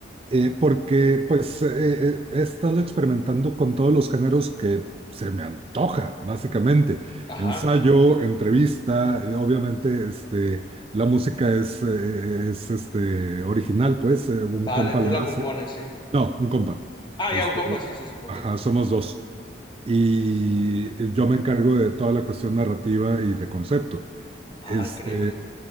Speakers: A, on the right (about 30°); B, on the left (about 25°).
A: eh, porque pues eh, eh, he estado experimentando con todos los géneros que se me antoja, básicamente.
B: Ajá,
A: Ensayo, entrevista, eh, obviamente este, la música es, eh, es este, original, pues eh, un
B: vale,
A: compa
B: tú
A: la
B: la
A: hace.
B: compones, ¿sí?
A: No, un compa.
B: Ah,
A: Este,
B: ya, un compa, sí, sí, sí, ok.
A: ajá, somos dos. Y eh, yo me encargo de toda la cuestión narrativa y de concepto. Este,
B: Ah, increíble.